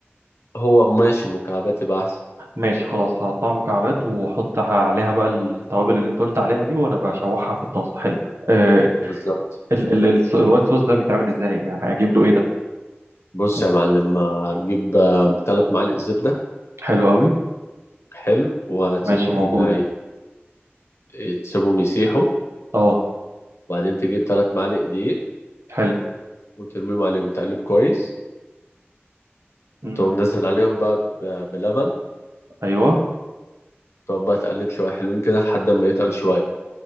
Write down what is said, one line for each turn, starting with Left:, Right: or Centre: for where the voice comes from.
Left: هو ماشي مكعبات يبقى احسن
Right: ماشي خلاص هقطعها مكعبات واحط عليها بقى التوابل اللي انت قلت عليها دي وانا بشوحها في الطاسه حلو آه،
Left: بالظبط
Right: ال ال ال الوايت صوص ده بيتعمل ازاي يعني اجيب له ايه ده
Left: بص يا معلم هتجيب ثلاث معالق زبدة
Right: حلو قوي
Left: حلو وهتسيبهم
Right: ماشي موجودة
Left: آه، ي- تسيبهم يسيحوا
Right: اه
Left: وبعدين تجيب ثلاث معالق دقيق
Right: حلو
Left: وترميهم عليهم تقلب كويس
Right: مم.
Left: تقوم نزل عليهم بقى ب- بلبن
Right: ايوه
Left: تقعد بقى تقلب شوية حلوين كده لحد ما يتقل شوية